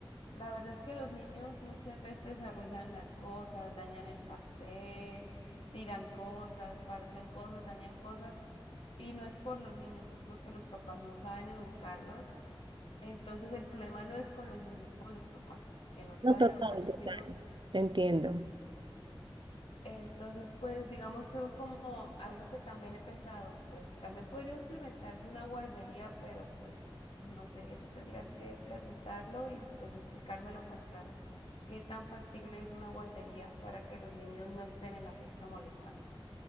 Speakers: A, on the left; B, on the right.
A: La verdad es que los niños muchas veces arruinan las cosas, dañan el pastel, tiran cosas, parten cosas, dañan cosas. Y no es por los niños, es porque los papás no saben educarlos. Entonces el problema no es con los niños, es con los papás, que no saben
B: No, total,
A: educar sus
B: total.
A: hijos
B: Te entiendo.
A: entonces, pues digamos que eso es como algo que también he pensado, pues también podría implementarse una guardería, pero pues no sé, eso tendrías que preguntarlo y pues explicármelo más tarde. ¿Qué tan factible es una guardería para que los niños no estén en la fiesta molestando?